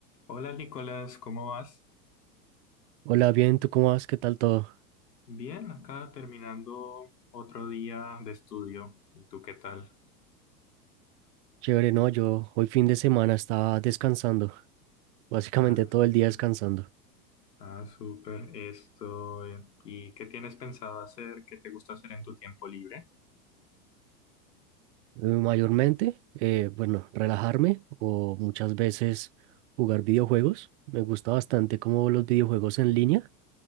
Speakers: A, on the left; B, on the right.
A: Hola Nicolás, ¿cómo vas?
B: Hola, bien, ¿tú cómo vas? ¿Qué tal todo?
A: Bien, acá terminando otro día de estudio. ¿Y tú qué tal?
B: Chévere, no, yo hoy fin de semana estaba descansando, básicamente
A: Ah,
B: todo
A: súper.
B: el día descansando.
A: Ah, súper. Esto. eh, ¿Y qué tienes pensado hacer? ¿Qué te gusta hacer en tu tiempo libre?
B: Eh, Mayormente, eh, bueno, relajarme o muchas veces jugar videojuegos. Me gusta bastante como los videojuegos en línea.